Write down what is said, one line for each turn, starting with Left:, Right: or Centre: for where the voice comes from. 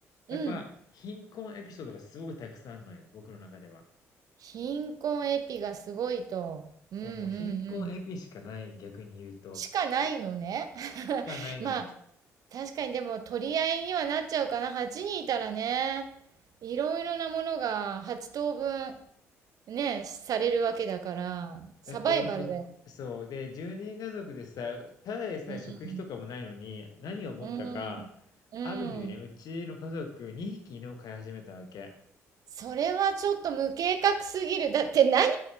Left: やっぱ、
Right: うん。
Left: 貧困エピソードがすごいたくさんあるのよ、僕の中では。
Right: 貧困エピがすごいと。うん、
Left: そう、
Right: うん、うん。
Left: もう貧困エピしかない、逆に言うと。
Right: しかないのね。<laughs>
Left: しかないのよ。
Right: まあ、確かにでも取り合いにはなっちゃうかな。8人いたらね、いろいろなものが8等分ね、されるわけだから、サバイバルだよね
Left: だって僕、そう、で、1人家族でさ、ただでさえ食費とかもないのに、
Right: うん。
Left: 何を思ったか、
Right: うん。うん。
Left: ある日ね、うちの家族2匹犬を飼い始めたわけ。
Right: それはちょっと無計画すぎる。だって何を、